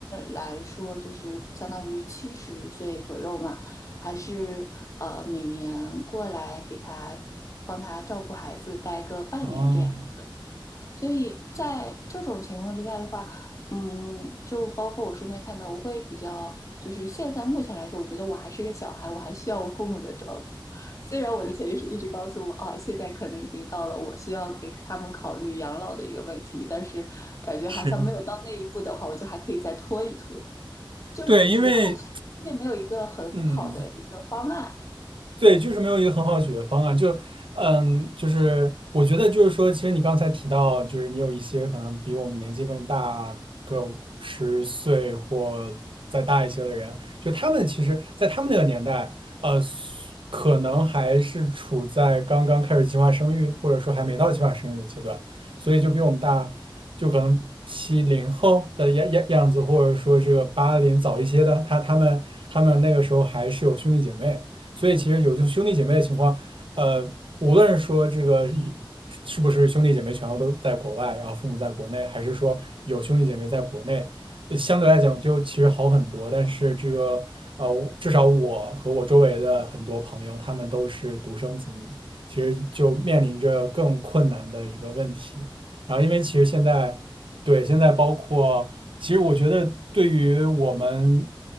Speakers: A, on the left; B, on the right.
A: 来说，就是相当于七十岁左右嘛，还是呃每年过来给她帮她照顾孩子，待个半年这样。
B: 哦，
A: 所以在这种情况之下的话，嗯，就包括我身边看到，我会比较，就是现在目前来说，我觉得我还是个小孩，我还需要我父母的照顾。虽然我的潜意识一直告诉我，啊，现在可能已经到了我需要给他们考虑养老的一个问题，但是感觉好像没有到那一步的话，
B: 是
A: 我就还可以再拖一拖。就主要还是因为没有一个很好的一个方案。
B: 对，因为嗯。对，就是没有一个很好的解决方案。就，嗯，就是我觉得就是说，其实你刚才提到，就是你有一些可能比我们年纪更大个十岁或再大一些的人，就他们其实，在他们那个年代，呃，可能还是处在刚刚开始计划生育，或者说还没到计划生育的阶段，所以就比我们大，就可能七零后的样样样子，或者说这个八零早一些的，他他们他们那个时候还是有兄弟姐妹。所以其实有就兄弟姐妹的情况，呃，无论说这个一是不是兄弟姐妹全部都在国外，然后父母在国内，还是说有兄弟姐妹在国内，呃相对来讲就其实好很多。但是这个呃，我至少我和我周围的很多朋友，他们都是独生子女，其实就面临着更困难的一个问题。然后因为其实现在。对，现在包括，其实我觉得对于我们，